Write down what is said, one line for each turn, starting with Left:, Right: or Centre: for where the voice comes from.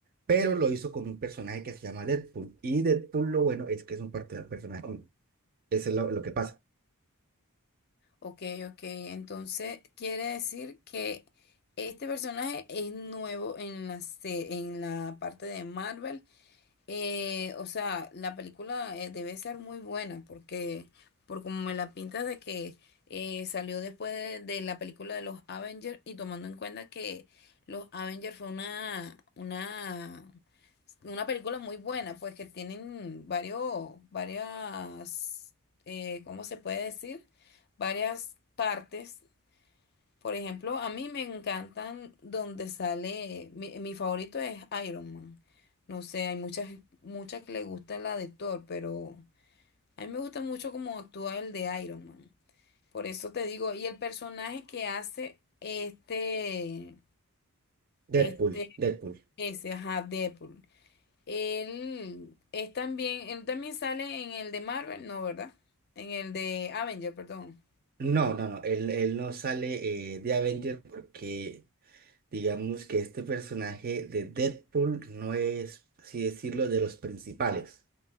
Right: Pero lo hizo con un personaje que se llama Deadpool. Y Deadpool, lo bueno es que es un parte- personaje. Eso es lo lo que pasa.
Left: Ok, ok. Entonces, quiere decir que este personaje es nuevo en la, se- en la parte de Marvel Eh, o sea, la película eh, debe ser muy buena porque, por como me la pintas de que eh, salió después de, de la película de los Avengers y tomando en cuenta que los Avengers fue una, una, una película muy buena, pues que tienen varios, varias, eh, ¿cómo se puede decir? Varias partes por ejemplo, a mí me encantan donde sale, mi, mi favorito es Iron Man. No sé, hay muchas, muchas que le gustan la de Thor, pero a mí me gusta mucho cómo actúa el de Iron Man. Por eso te digo, y el personaje que hace este, este,
Right: Deadpool, Deadpool.
Left: ese, ajá, Deadpool. Él es también, él también sale en el de Marvel, no, ¿verdad? En el de Avenger, perdón.
Right: No, no, no, él, él no sale eh, de Avenger porque digamos que este personaje de Deadpool no es, así decirlo, de los principales,